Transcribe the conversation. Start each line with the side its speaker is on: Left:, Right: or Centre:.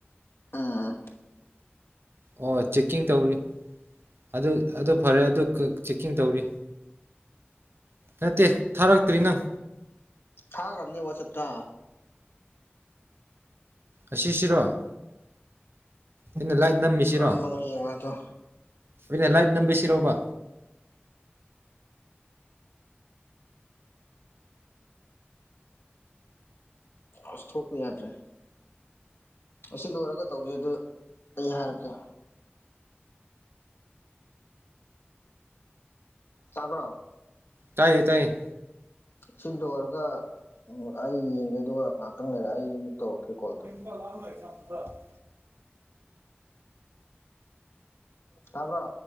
Left: ꯎꯝ
Right: ꯑꯣ ꯆꯦꯛꯀꯤꯡ ꯇꯧꯔꯤ ꯑꯗꯨ ꯑꯗꯨ ꯐꯔꯦ ꯑꯗꯨ ꯆꯦꯛꯀꯤꯡ ꯇꯧꯔꯤ ꯅꯠꯇꯦ ꯊꯥꯔꯛꯇ꯭ꯔꯤ ꯅꯪ
Left: ꯊꯥꯈ꯭ꯔꯕꯅꯦ ꯋꯥꯆꯞꯇ
Right: ꯑꯁꯤꯁꯤꯔꯣ ꯑꯩꯅ ꯂꯥꯏꯠ ꯅꯝꯃꯤꯁꯤꯔꯣ
Left: ꯀꯔꯝꯕꯅꯣ ꯌꯦꯡꯉꯣ ꯑꯗꯣ
Right: ꯑꯩꯅ ꯂꯥꯏꯠ ꯅꯝꯁꯤꯔꯣꯕ
Left: ꯑꯁ ꯊꯣꯛꯄ ꯌꯥꯗ꯭ꯔꯦ ꯑꯁꯤ ꯂꯣꯏꯔꯒ ꯇꯧꯁꯩ ꯑꯗꯨ ꯑꯩ ꯍꯥꯏꯔꯛꯀꯦ ꯆꯕ꯭ꯔꯣ
Right: ꯇꯥꯏꯌꯦ ꯇꯥꯏꯌꯦ
Left: ꯁꯤ ꯂꯣꯏꯔꯒ ꯑꯩ ꯌꯦꯡꯒꯦ ꯑꯗꯨꯒ ꯉꯥꯏꯍꯥꯛꯇꯪ ꯂꯩꯔ ꯑꯩ ꯑꯃꯕꯨꯛ ꯇꯧꯔꯛꯀꯦ ꯀꯣꯜꯗꯣ
Right: <inaudible>
Left: ꯇꯥꯕ꯭ꯔꯣ